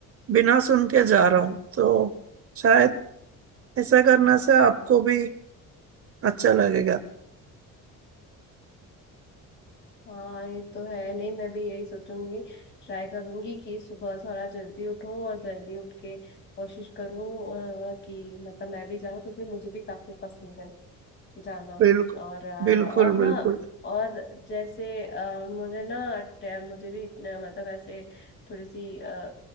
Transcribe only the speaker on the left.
हाँ ये तो है नहीं मैं भी यही सोचूंगी ट्राई करूंगी कि सुबह थोड़ा जल्दी उठूं और जल्दी उठ के कोशिश करूं अ, कि मतलब मैं भी जाऊं क्योंकि मुझे भी काफी पसंद है जाना
और अ,
और ना
और जैसे अ, मुझे ना टे- मुझे भी इतने मतलब ऐसे थोड़ी सी अ,